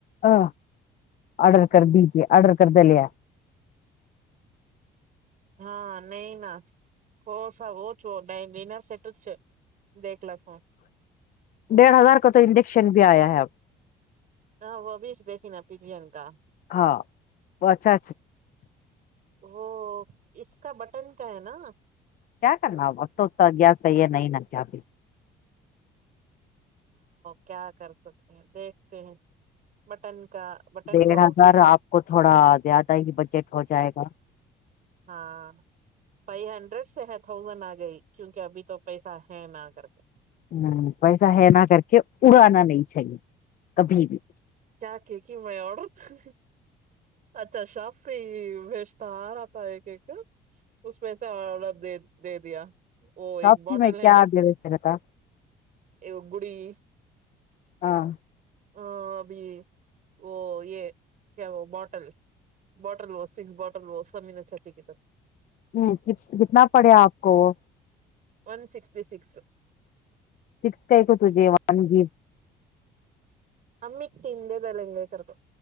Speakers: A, on the left (about 55°); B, on the right (about 50°).
A: ا آڈر کر دیجیے آرڈر کرڈالے
B: ہاں نہیں ن ہو سب وہ چ ڈ ڈنر سٹچ دیکھ ل ہوں
A: ڈیڑھ ہزار کا تو انجیکشن بھی آیا ہے اب
B: ہاں وہ بھیچ دیکھے نا پی جین کا
A: ہاں وہ اچھا
B: وہ اس کا بٹن کا ہے نا
A: کیا کرنا و و گس کہیے نہیں نا کیا بی
B: کیا کر سکتے ہیں دیکھتے ہیں بٹن کا بٹن
A: دھا
B: کا اوکے
A: سر
B: کیا
A: آپ کو تھوڑا زیادہ ہی بجٹ ہو جائے گا
B: ہاں فائیو ہنڈریڈ سے ہے تھازینڈ آ گئی کیونکہ ابھی تو پیسہ ہے نہ کر کے
A: ہ پیسہ ہے نہ کر کے اڑانا نہیں چاہیے کبھی بھی
B: کیا کیک ہی میں آڈر اچھا شاپ سے ہی بھیجتا آ رہا تھا یہ کیک اس پ سے آڈر دے دے دیا وہ ایک
A: سب
B: بوٹل
A: میں
B: ہے
A: کیا
B: نا
A: دے رہتا
B: ایک گڑی
A: ہاں
B: ہ اب وہ یہ کیا وہ بوٹل بوٹل وہ سکس بوٹل وہ سب ا چاچیےر
A: ہ کتنا پڑے آپ کو وہ
B: ون سکسٹی سکس
A: سکس کا کو تھے ون گ
B: ہممیک تندے دلن گے کررک